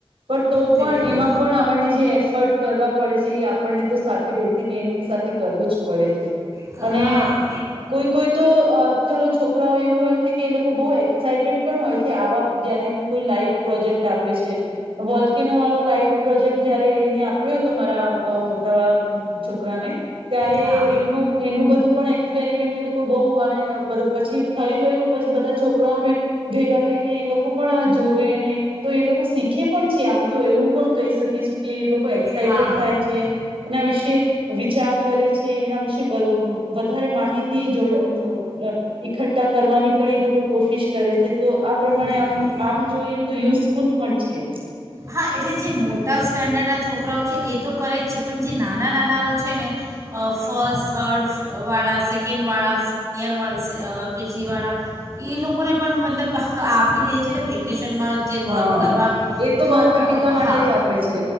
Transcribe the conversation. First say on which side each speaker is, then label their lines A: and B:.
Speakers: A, on the right; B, on the right.
A: પણ તો પણ
B: બિલકુલ
A: એમાં પણ આપણને જે એફર્ટ કરવા પડે છે, એ આપણને તો સાથે બેસીને એમની સાથે કરવું જ પડે છે
B: હા
A: અને કોઈ કોઈ તો ચલો છોકરાઓ એવું હોય. છે કે એ લોકો બહુ એક્સાઈટેડ પણ હોય છે, આવા જયારે એમને કોઈ લાઈવ પ્રોજેક્ટ આપે છે. વલ્કેનો વાળો લાઈવ પ્રોજેક્ટ જયારે એને આપ્યો હતો, મારા મોટા વાળા છોકરાને ત્યારે
B: હા
A: એ એનું બધું પણ એક્સપેરિમેન્ટ એ લોકો બો <inaudible> બધું પછી થઈ ગયું. પછી બધા છોકરાઓને ભેગા થઈને, એ લોકો પણ જોવેને તો એ લોકો શીખે પણ છે. આમ તો એવું પણ કહી શકી છી કે એ લોકો એક્સાઈટેડ
B: હા હા
A: થાય છે એના વિશે વિચાર કરે છે એના વિશે <unintelligible> વધારે માહિતી જો અ અ નત ઈકઠ્ઠા કરવાની પણ એ લોકો કોશિશ કરે છે. તો આ પ્રમાણે
B: બિલકુલ
A: આમ આમ જોઈએ તો, યુઝ સ્કૂલ પણ છે.
B: હા એટલે જે મોટા સ્ટાન્ડર્ડના છોકરાઓ છે, એ તો કરે જ છે પણ જે નાના નાનાઓ છે ને ફર્સ્ટ, થર્ડ વાળા, સેકન્ડ વાળા, સિનિયર વા, કેજી વાળા એ લોકોને પણ મતલબ આપી દે છે ને વેકેશન વેકેશનમાં જે
A: હા
B: વર્ક કરવા
A: એ
B: તો
A: માતા પિતા માટે
B: હા
A: જ આપે છે